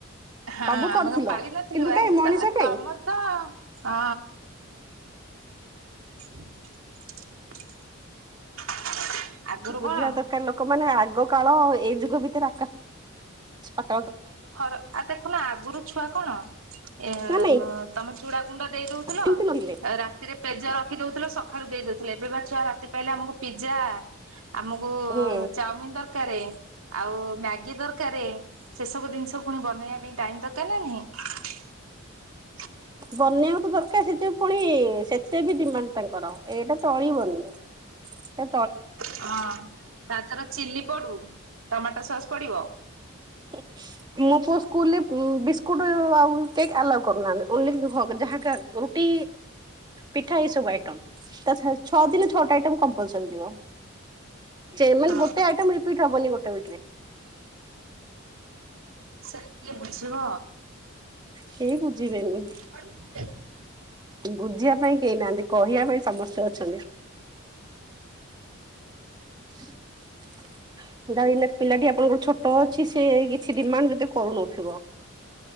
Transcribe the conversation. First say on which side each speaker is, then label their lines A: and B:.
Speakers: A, on the right; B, on the right.
A: ହଁ
B: ସବୁ
A: ଆମେ
B: କରିଥିଲ
A: କଣ ପାଳି ନଥିଲୁ
B: କିନ୍ତୁ
A: ଆରେ
B: କାଇଁ ମଣିଷ କାଇଁ।
A: ତମର ତ ହଁ <inaudible>
B: ବୁଝିବା
A: କଣ
B: ଦରକାର ଲୋକମାନେ ଆଗ କାଳ ଏଇ ଯୁଗ ଭିତରେ ଆକାଶ ପାତ୍
A: ଫରକ୍ ଆ ଦେଖୁନ ଆଗରୁ ଛୁଆ କଣ ଏ
B: ନା ନାଇଁ
A: ମ ତମେ ଚୂଡା ଗୁଣ୍ଡ ଦେଇ ଦଉଥିଲ
B: ସେମିତି ନଥିଲେ
A: ରାତିରେ ପେଜ ରଖି ଦଉଥିଲ ସକ ପାଖରୁ ଦେଇଦଉଥିଲେ ଏବେ ବା ଛୁଆ ରାତି ପାଇଲେ ଆମକୁ ପିଜ୍ଜା ଆମକୁ
B: ହୁଁ
A: ଚାଉମିିନ ଦରକାର ଆଉ ମ୍ୟାଗି ଦରକାର ସେ ସବୁ ଜିନିଷ ପୁଣି ବନେଇବା ପାଇଁ ଟାଇମ ଦରକାର ନା ନାହିଁ।
B: ବନେଇକୁ ତ ଦରକାର ସେ ଯେ ପୁଣି ସେତେ ବି ଡିମାଣ୍ଡ ତାଙ୍କର ଏଇଟା ଚଳିବନି ତା
A: ହଁ ତାଥର ଚିଲ୍ଲି ପଡୁ ଟମାଟୋ ସସ୍ ପଡିବ
B: ିକ୍ ମୋ ପୁଅ ସ୍କୁଲରେ ବିସ୍କୁଟ ଆଉ କେକ୍ ଆଲାଉ କରୁନାହାନ୍ତି ଓଲି ଯାହା ଟି ପିଠା ଏଇ ସବୁ ଆଇଟ ଛଅ ଦିନ ଛଅଟା ଆଇ କମ୍ପଲସରି ଯିବ। ସେ ମାନେ
A: ହଁ
B: ଗୋଟେ ଆଇଟମ ରିପିଟ ହବନି ଗୋଟେ ଉଇକ୍ ରେ।
A: ସେ କିଏ ବୁଝିବ।
B: କେହି ବୁଝିବେନି।
A: <inaudible>
B: ବୁଝିବା ପାଇଁ କେହି ନାହାନ୍ତି କହିବା ପାଇଁ ସମସ୍ତେ ଅଛନ୍ତି। <inaudible> ଯାନା ପିଲାଟି ଆପଣଙ୍କର ଛୋଟ ଅଛି ସେ କିଛି ଡିମାଣ୍ଡ କରୁନଥିବ।